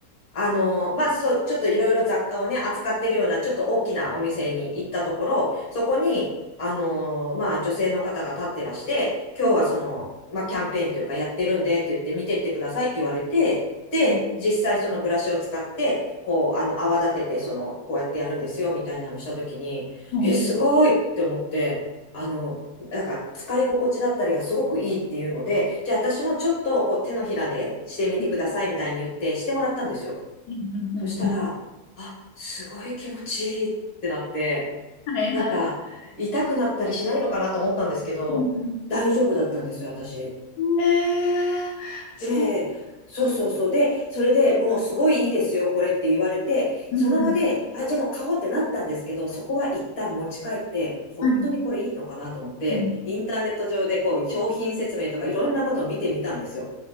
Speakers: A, on the left; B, on the left.
A: あの、まあ、そう、ちょっといろいろ雑貨をね、扱ってるような、ちょっと大きなお店に行ったところ、そこに、あの、まあ、女性の方が立ってらして、今日はその、
B: うん
A: まあ、キャンペーンというかやってるんでって言って見てってくださいって言われて、で、
B: う
A: 実際そのブラシを使って、こう、あの、泡立てて、その、こうやってやるんですよ、みたいなのしたときに、
B: んうんはい
A: え、すごいって思って、あの、なんか使い心地だったりがすごくいいっていうので、じゃあ私もちょっとこう手のひらでしてみてくださいみたいに言ってしてもらったんですよ。
B: うんうんうんうん
A: そしたら、あ、すごい気持ちいいってなって、
B: はいはい。
A: なんか、痛くなったりしないのかなと思ったんですけど、
B: うんうんう
A: 大丈夫だったんですよ、私。
B: んねえ、そう。
A: で、そうそうそう。で、それでもうすごいいいですよ、これって言われて、
B: うんうん
A: その場で、あ、じゃあもう買おうってなったんですけど、そこは一旦持ち帰って、本当にこれいいのかなと思って、
B: はい。うん
A: インターネット上でこう、商品説明とかいろんなことを見てみたんですよ。